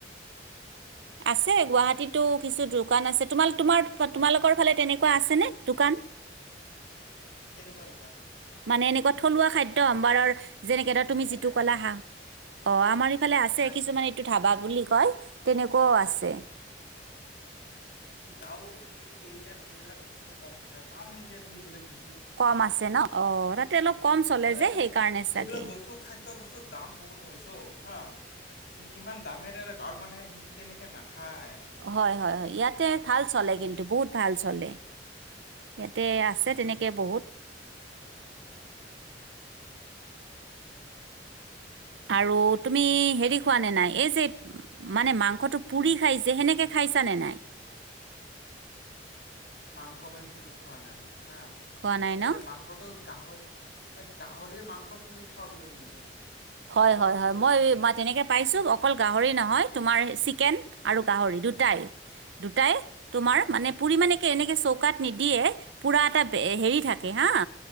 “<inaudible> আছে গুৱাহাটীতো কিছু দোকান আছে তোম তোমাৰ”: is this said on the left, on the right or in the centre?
Right